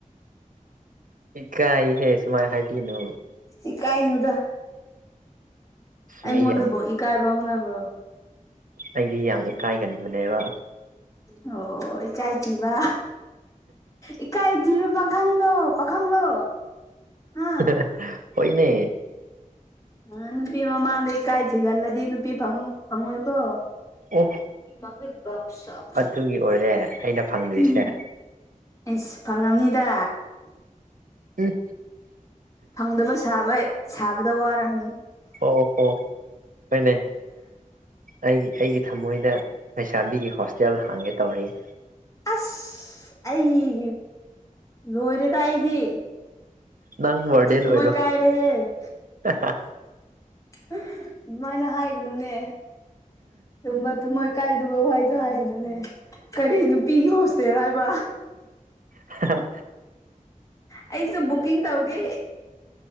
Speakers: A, on the right (about 75°); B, on the left (about 20°).
A: ꯏꯀꯥꯢꯍꯦ ꯁꯨꯃꯥꯢ ꯍꯥꯢꯕꯤꯅꯨ
B: ꯢꯀꯥꯢꯅꯨꯗ ꯑꯩꯉꯣꯟꯗꯕꯨ
A: ꯃꯤ ꯌꯥꯝ
B: ꯏꯀꯥꯢꯕ ꯍꯧꯅꯕ꯭ꯔꯣ
A: ꯑꯩꯗꯤ ꯌꯥꯝ ꯏꯀꯥꯢꯒꯟꯕꯅꯦꯕ
B: ꯑꯣ ꯑꯣ ꯏꯀꯥꯢ ꯊꯤꯕ ꯏꯀꯥꯢ ꯊꯤꯕ ꯄꯥꯈꯪꯂꯣ ꯄꯥꯈꯪꯂꯣ ꯍꯥ
A: ꯑ ꯍ ꯍꯣꯢꯅꯦ
B: ꯑ ꯅꯨꯄꯤ ꯃꯃꯥꯡꯗ ꯏꯀꯥꯢ ꯊꯤꯒꯜꯂꯗꯤ ꯅꯨꯄꯤ ꯐꯪꯉꯣ ꯐꯪꯉꯣꯢꯀꯣ
A: ꯑꯣ
B: ꯄꯤ ꯃꯥꯡꯗ ꯒꯞ ꯁꯞ
A: ꯑꯗꯨꯒꯤ ꯑꯣꯏꯔꯦ ꯑꯩꯅ ꯐꯪꯗ꯭ꯔꯤꯁꯦ
B: ꯎꯝ ꯍꯨꯝ ꯑꯩꯁ ꯐꯪꯉꯝꯅꯤꯗ
A: ꯎꯝ
B: ꯐꯪꯗꯕ ꯁꯥꯕꯩ ꯁꯥꯕꯗ ꯋꯥꯔꯝꯅꯤ
A: ꯑꯣ ꯍꯣ ꯍꯣꯢꯅꯦ ꯑꯩꯒꯤ ꯑꯩꯒꯤ ꯊꯃꯣꯢꯗ ꯂꯩꯁꯥꯕꯤꯒꯤ ꯍꯣꯁꯇꯦꯜ ꯍꯥꯡꯒꯦ ꯇꯧꯔꯤ
B: ꯑꯁ ꯑꯩ ꯂꯣꯢꯔꯦꯗ ꯑꯩꯗꯤ
A: ꯅꯪ ꯋꯔꯗꯦꯟ
B: ꯊꯃꯣꯏ
A: ꯑꯣꯢꯔꯣ
B: ꯀꯥꯏꯔꯦꯍꯦ
A: ꯍꯥꯍꯥ
B: ꯑꯗꯨꯃꯥꯢꯅ ꯍꯥꯢꯒꯅꯨꯅꯦ ꯗꯨꯨꯝꯕ ꯊꯨꯃꯣꯢ ꯀꯥꯢꯗꯕ ꯋꯥꯍꯩꯗꯣ ꯍꯥꯢꯒꯅꯨꯅꯦ ꯀꯔꯤ ꯅꯨꯄꯤꯒꯤ ꯍꯣꯁꯇꯦꯜ ꯍꯥꯢꯕ
A: ꯍ ꯍꯥ
B: ꯑꯩꯖꯨ ꯕꯨꯛꯀꯤꯡ ꯇꯧꯒꯦ